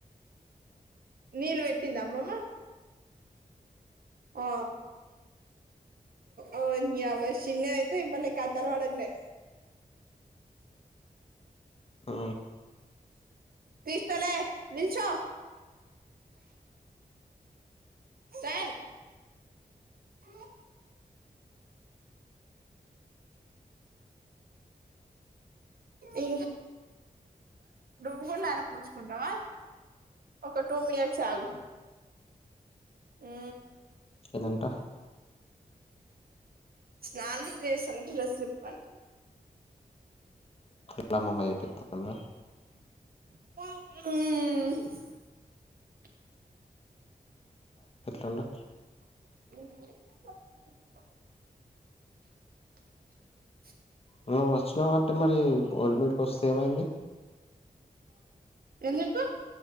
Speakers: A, on the right; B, on the left.
A: నీళ్లు పెట్టిందా అమ్మమ్మ అ. ఓ నియావ చిన్నది అతే భలే కతలు పడట్లే.
B: ఆ
A: తీస్తస్తలే నిల్చ సార్ అ ఇ నువ్వు కూడాలా ఆన పూచుకుంటావా ఒక టూ మినిట్స్ ఆగు అ
B: ఏదంట
A: స్నానం చేస్తారంట ్రస్లిప్పంటే
B: కళ మమయపితంద
A: ఆ
B: ండ
A: ఇ
B: నువ్వు వచ్చినవు అంటే మరి ఓల్డ్ మీడ్కి వస్తే ఏమైంది
A: ఎంట ఏుకు